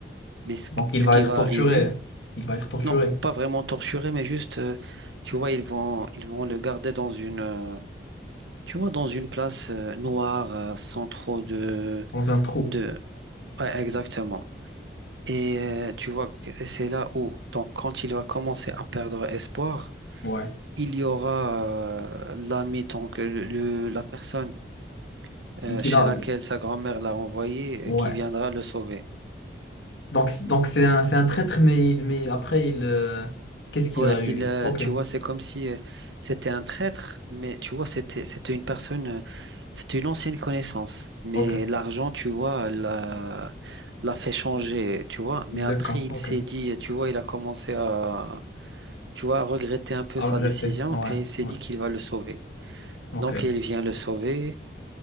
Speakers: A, on the right (about 80°); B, on the left (about 85°).
A: Mais ce,
B: Donc, il
A: ce
B: va
A: qui
B: être
A: va
B: torturé.
A: arriver,
B: Il va être torturé
A: non, pas vraiment torturé, mais juste, euh, tu vois, ils vont, ils vont le garder dans une, euh, tu vois, dans une place euh, noire, euh, sans trop de,
B: dans un trou.
A: de, ouais, exactement. Et euh, tu vois que c'est là où, donc, quand il va commencer à perdre espoir,
B: Ouais.
A: il y aura euh, l'ami, donc euh, le- le- la personne
B: Qu'il
A: euh,
B: qu'il
A: chez
B: a
A: laquelle sa grand-mère l'a envoyé,
B: Ouais.
A: euh, qui viendra le sauver.
B: Donc, c- donc c'est un, c'est un traître, mais, il, mais après, il, euh, qu'est-ce qu'il
A: Ouais,
B: a eu?
A: il, euh,
B: Ok,
A: tu vois, c'est comme si euh, c'était un traître, mais tu vois, c'était, c'était une personne, euh, c'était une ancienne connaissance. Mais
B: ok.
A: l'argent, tu vois, l'a, l'a fait changer, tu vois. Mais
B: de
A: après,
B: camp
A: il
B: ok.
A: s'est dit, tu vois, il a commencé à tu vois, regretter un peu
B: À
A: sa
B: regretter,
A: décision
B: ouais,
A: et il s'est
B: ouais,
A: dit qu'il va le sauver.
B: ok.
A: Donc il vient le sauver